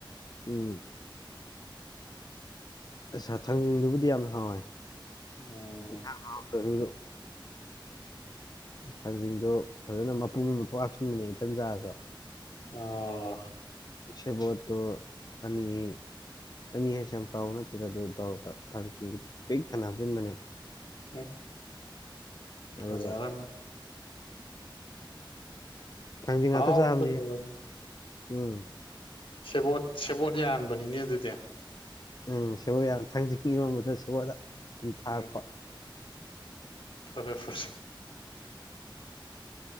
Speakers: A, on the left; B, on the left.
A: ꯎꯝ ꯑꯁꯥ ꯊꯥꯡꯖꯤꯡꯗꯨꯕꯨꯗꯤ ꯌꯥꯝ ꯍꯥꯎꯋꯦ
B: ꯎꯝ
A: ꯌꯦꯟꯁꯥꯡꯗꯣꯦ ꯍꯥꯎꯇ꯭ꯔꯁꯨꯖꯨ ꯊꯥꯡꯖꯤꯡꯗꯣ ꯐꯖꯟꯅ ꯃꯄꯨꯝ ꯑꯃ ꯊꯣꯛ ꯍꯥꯞꯆꯤꯟꯕꯅꯦ ꯏꯊꯟ ꯆꯥꯔꯁꯨ
B: ꯑꯥ
A: ꯁꯦꯕꯣꯠꯇꯣ ꯑꯅꯤ ꯑꯅꯤ ꯍꯥꯏꯁꯦ ꯌꯥꯝ ꯆꯥꯎꯕ ꯅꯠꯇꯦꯗ ꯑꯗꯨ ꯇꯧꯔꯒ ꯊꯥꯡꯖꯤꯡ ꯄꯤꯛ ꯊꯟꯅ ꯍꯥꯞꯆꯤꯟꯕꯅꯦ
B: <unintelligible> ꯐꯖꯔꯝꯃ
A: ꯑꯗꯨꯒ ꯊꯥꯡꯖꯤꯡ
B: ꯍꯥꯎꯕꯗ
A: ꯉꯥꯛꯇ ꯆꯥꯕꯅꯦ
B: ꯂꯣꯢꯔꯝ
A: ꯎꯝ
B: ꯁꯦꯕꯣꯠ ꯁꯦꯕꯣꯠ ꯌꯥꯟꯕꯅꯤꯅꯦ ꯑꯗꯨꯗꯤ
A: ꯎꯝ ꯁꯦꯕꯣꯠ ꯌꯥꯝ ꯊꯥꯡꯖꯤꯡ ꯏꯔꯣꯝꯕꯗ ꯁꯦꯕꯣꯠ ꯁꯨꯝ ꯊꯥꯛꯄ
B: ꯎꯝ ꯐꯔꯦ ꯐꯔꯦ